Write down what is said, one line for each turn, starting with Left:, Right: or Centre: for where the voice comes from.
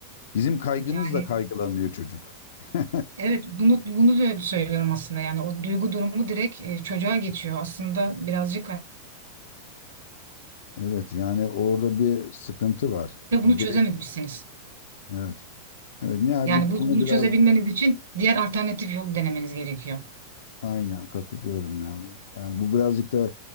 Left: Bizim kaygımızla
Right: Yani
Left: kaygılanıyor çocuk. <laughs>
Right: Evet, bunu bunu da söylüyorum aslında. Yani o duygu durumu direkt e, çocuğa geçiyor. Aslında birazcık hani
Left: Evet yani orada bir sıkıntı var.
Right: ve
Left: Direkt
Right: bunu çözememişsiniz.
Left: evet. Evet yani
Right: Yani
Left: bu
Right: bu,
Left: konu
Right: bunu
Left: biraz
Right: çözebilmeniz için diğer alternatif yolu denemeniz gerekiyor.
Left: aynen katılıyorum ya. Yani bu birazcık da